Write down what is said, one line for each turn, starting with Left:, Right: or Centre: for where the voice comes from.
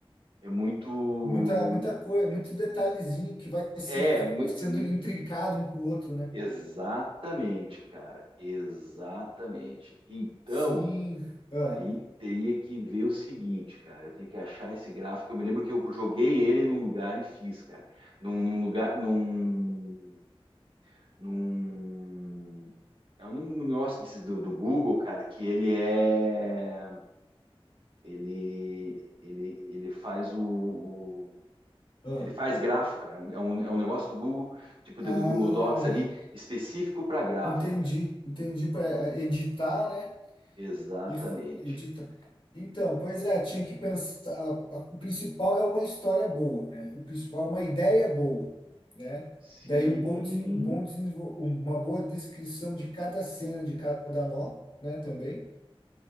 Right: É muito.
Left: Muita, muita coisa, muito detalhezinho que vai se
Right: É,
Left: f-
Right: mu-
Left: sendo
Right: e-
Left: intrincado um com o outro, né?
Right: exatamente, cara. Exatamente. Então.
Left: Sim. Ah,
Right: Aí teria que ver o seguinte, cara. Eu tenho que achar esse gráfico. Eu me lembro que eu joguei ele num lugar e fiz, cara. Num, num lugar. Num. Num. É um negócio desses do, do Google, cara, que ele é. Ele. Ele, ele faz o, o-
Left: ah.
Right: Ele faz grafo, cara. É um, é um é um negócio do Google, tipo
Left: Ah,
Right: do Google Docs ali, específico para grafo,
Left: entendi,
Right: cara.
Left: entendi para editar, né?
Right: Exatamente.
Left: E f- edita. Então, pois é, tinha que pensar. a- a- O principal é uma história boa, né? O principal é uma ideia boa, né?
Right: Sim.
Left: Daí um bom, desen- um bom desenvol- uma boa descrição de cada cena, de cada nó, né? Também.